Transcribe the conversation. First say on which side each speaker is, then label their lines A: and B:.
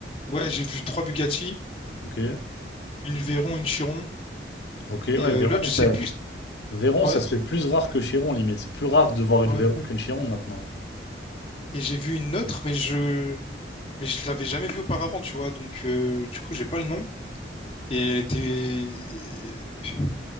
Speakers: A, on the left (about 30°); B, on the left (about 75°).
A: ouais, j'ai vu trois Bugatti,
B: Ok,
A: une Veyron, une Chiron
B: ok, ouais,
A: et euh,
B: Véron,
A: l'autre,
B: ça.
A: je sais plus.
B: Véron,
A: Ouais,
B: ça se fait plus rare que Chiron, limite. C'est plus rare de voir une
A: ouais.
B: Véron qu'une Chiron maintenant.
A: Et j'ai vu une autre, mais je, mais je l'avais jamais vue auparavant, tu vois. Donc, euh, du coup, j'ai pas le nom. Et elle était, euh,